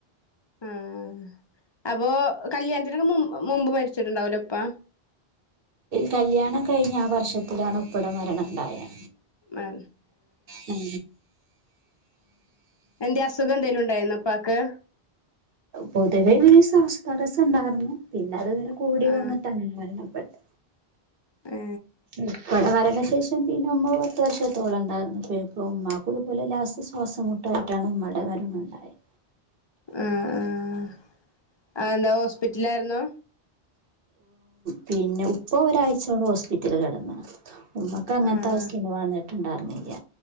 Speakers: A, on the left (about 45°); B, on the right (about 60°).
A: ആഹ അപ്പോ കല്യാണത്തിനൊക്കെ മുമ്പ് മരിച്ചിട്ടുണ്ടാവല എപ്പാ
B: കല്യാണം കഴിഞ്ഞഞ് ആ വര്ഷത്തിലാണ് ഉപ്പിട മരണ ഉണ്ടായത്
A: ആ
B: ഉം
A: എന്റെ അസുഖം എന്തേലും ഉണ്ടായിരുന്ന പാക്ക്
B: പൊതുവേ ന ശ്വാസതടസ്സം ഉണ്ടായിരുന്നു പിന്നെ പിന്നെ അത് ഇങ്ങനെ കൂടി
A: ആ
B: വന്നിട്ട് അങ്ങനെ വരണം പത്ത്
A: ഏ
B: ഉപ്പട വരല്ല അ ശേഷം പിന്നെ ഉമ്മ പത്ത് വർഷത്തോളം ഉണ്ടായിരുന്നു ഇപ്പ ഉമമാക്ക് ഇതുപോലെ ലാസ്റ്റ് ശ്വാസംമ മുട്ടായിട്ടാണ് ഉമ്മയുടെ വരണ ഉണ്ടായത്
A: ആ ആ ആ എന്താ ഹോസ്പിറ്റല ആായിുന്നോ
B: പിന്നെ ഉപ്പ ഒരാഴ്ചയാണ് ഹോസ്പിറ്റല് കിടന്ന് ഉമ്മക്ക് അങ്ങനത്തെ
A: ആ
B: അവസ്ഥയാണ് വാന്നട്ട് ഇണ്ടാറുന്നില്ല